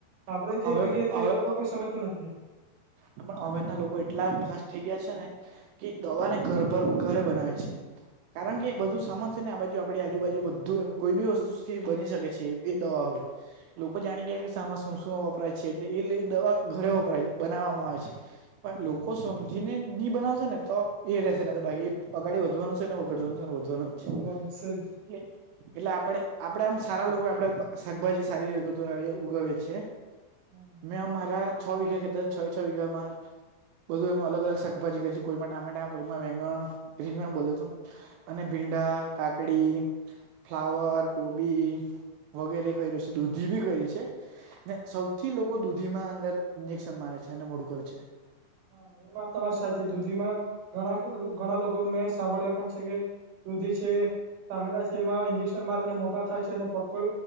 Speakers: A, on the right; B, on the right.
A: આપડે જે
B: હવે
A: કહીએ તે
B: હવે
A: એ લોકો કોઈ સમજતું નથી.
B: પણ હવે ના લોકો એટલા ફાસ્ટ થઈ ગયા છે ને કે દવાને ઘર પર ઘરે બનાવે છે કારણ કે બધું સામાન ને આ બાજુ આપણી આજુબાજુ બધું એમ કોઈ બી વસ્તુથી બની શકે છે એ દવા હવે. લોકો જાણી ગયા કે સાામાં શું શું વપરાય છે એટલે એ દવા ઘરે વપરાય છે બનાવવામાં આવે છે. પણ લોકો સમજીને બનાવશે ને તો એ રશે ને તો અગાડી વધવાનું છે ને વગડવાનું છેને વધવાનું. જ છે
A: બનશે જ.
B: એટલે એટલે આપણે આપડે આમ સારા લોકો આપડે શાકભાજી સારી રીતે ઉગવે છે.
A: હમ્મ.
B: મેં અમારા છ વીઘા ખેતા છે, છ છ વીઘા માં બધું એમાં અલગ અલ શકભાજી કર કરી છે કોઈમા ટામેટા, કોઈમાં વેંગણ રીંગણ બોલે ત અને ભીંડા કાકડી, ફ્લાવર, કોબી વગેરે કર્યું છે, દૂધી બી કરીયું છે. ને
A: હા
B: સૌથી લોકો દૂધીમાં અંદર ઇન્જેક્શન મારે છે અને મોડું કર છે.
A: હા એ વાત તમારી સાચી, દૂધીમાં ઘણા ઘણા લોકો મેં સાંભળ્યા પણ છે કે દૂધી છે, ટામેટા છે એમાં ઇન્જેક્શન મારીને મોટા થાય છે અને પક્કો